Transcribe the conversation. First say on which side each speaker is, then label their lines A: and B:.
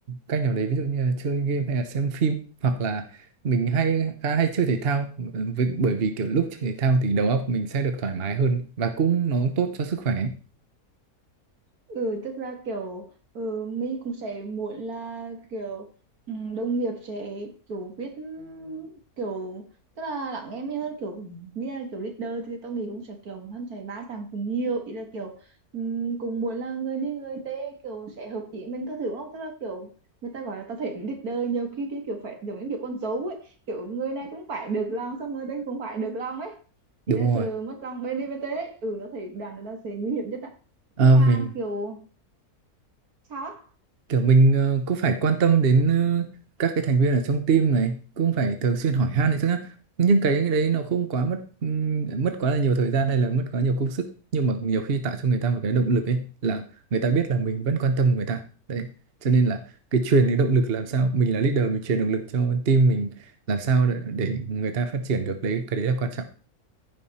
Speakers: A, on the right; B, on the right.
A: cách nào đấy ví dụ như là chơi game hay là xem phim hoặc là mình hay khá hay chơi thể thao ừ, vì- bởi vì kiểu lúc chơi thể thao thì đầu óc mình sẽ được thoải mái hơn và cũng nó cũng tốt cho sức khỏe ấy.
B: Ừ, tức là kiểu ừ, mình cũng sẽ muốn là kiểu ừ, đồng nghiệp sẽ kiểu biết kiểu tức là lắng nghe mình hơn kiểu như là kiểu leader thì tôi nghĩ cũng sẽ kiểu hắn sẽ va chạm cùng nhiều ý là kiểu um, cũng muốn là người đi người tê kiểu sẽ hợp ý mình các thứ đúng không tức là kiểu người ta gọi là tao thấy leader nhiều khi cái kiểu phải giống như kiểu con dấu ấy kiểu người này cũng phải được lòng xong người đây cũng phải được lòng ấy
A: đúng
B: thì là sự
A: rồi
B: mất lòng bên đi bên tê ấy. ừ tao thấy đoàn người ta sẽ nguy hiểm nhất ạ
A: Ờ,
B: nhưng mà
A: mình
B: kiểu sao á
A: kiểu mình ờ, cũng phải quan tâm đến ờ, các cái thành viên ở trong team này cũng phải thường xuyên hỏi han đấy chứ nhá. nhưng cái đấy nó không quá mất ừm, mất quá là nhiều thời gian hay là mất quá nhiều công sức nhưng mà nhiều khi tạo cho người ta một cái động lực ấy là người ta biết là mình vẫn quan tâm người ta đấy cho nên là cái truyền cái động lực làm sao mình là leader mình truyền động lực cho team mình làm sao để, để người ta phát triển được đấy cái đấy là quan trọng